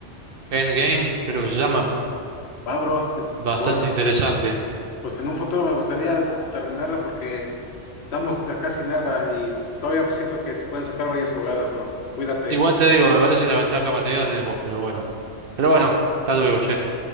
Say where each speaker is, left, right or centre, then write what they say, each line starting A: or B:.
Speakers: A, on the right; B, on the left.
A: endgame, creo que se llama.
B: Va, bro. eh,
A: Bastante
B: Pues,
A: interesante.
B: pues en un futuro me gustaría terminarla porque estamos a casi nada y todavía siento que se pueden sacar varias jugadas, bro. Cuídate.
A: Igual te digo, me parece la ventaja material tenés vos, pero bueno. Pero bueno, hasta luego, che.